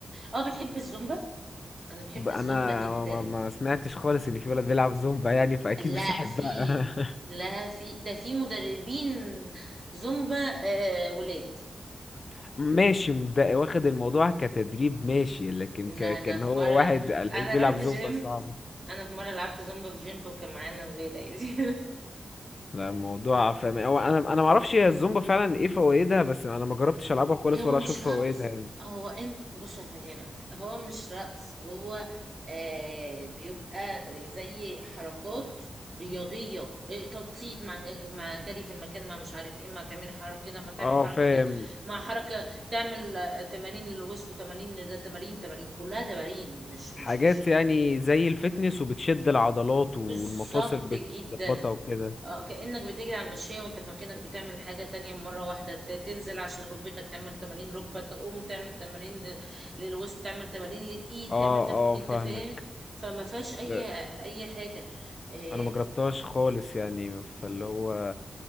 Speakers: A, on the right; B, on the left.
A: اه بتحب الزومبا انا بحب
B: ب- انا
A: الزومبا جدا
B: ما ما سمعتش خالص ان في ولد بيلعب زومبا يعني فاكيد
A: لا
B: مش هحبها
A: في لا في ده في مدربين زومبا آه ولاد
B: <laughs> ماشي مبدئي واخد الموضوع كتدريب ماشي لكن
A: لا
B: ك...
A: انا
B: كان
A: في
B: هو
A: مرة
B: واحد قال لك
A: انا
B: بيلعب
A: رحت
B: زومبا
A: جيم
B: صعب
A: انا في مرة لعبت زومبا في جيم وكان معانا ولاد عادي <laughs>
B: لا الموضوع فاهم هو انا انا ما اعرفش هي الزومبا فعلا ايه فوائدها بس انا ما جربتش العبها خالص
A: هو
B: ولا
A: مش
B: اشوف
A: رقص
B: فوائدها يعني
A: هو انت بص افهمك هو مش رقص هو آه بيبقى زي حركات رياضية آه، تنشيط مع مع جري في المكان ما مش عارف ايه ما تعملي حركة كده ما تعمل
B: اه
A: حركة
B: فاهم
A: كده مع حركة تعمل آه، تمارين للوسط وتمارين ده تمارين تمارين كلها تمارين مش
B: حاجات
A: مش مش
B: يعني زي الفتنس وبتشد العضلات
A: بالظبط
B: والمفاصل بتظبطها
A: جدا
B: وكده
A: اه كأنك بتجري على المشاية وانت في مكانك بتعمل حاجة تانية مرة واحدة ت- تنزل عشان ركبتك تعمل تمارين ركبة تقوم تعمل تمارين ل- للوسط تعمل تمارين للإيد
B: اه
A: تعمل تم...
B: اه
A: انت
B: فاهمك
A: فاهم فما فيهاش أي
B: لا،
A: أي حاجة إيه
B: انا ما جربتهاش
A: ف...
B: خالص يعني فاللي هو